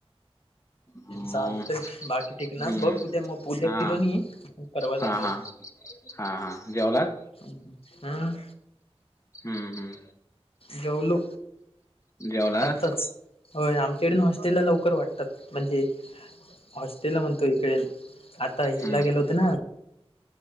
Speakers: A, on the left; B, on the left.
A: मग
B: चालत बाकी ठीक
A: हम्म
B: ना बघ उद्या मग उद्या
A: हा
B: फिरून ये परवा जाऊया.
A: हा हा हा हा जेवलास?
B: हा
A: हम्म हम्म.
B: जेवलो
A: जेवलास
B: आत्ताच. होय आमच्याकडून हॉस्टेलला लवकर वाटतात म्हणजे हॉस्टेला म्हणतो इकडे आता हिला
A: हम्म
B: गेलो होतो ना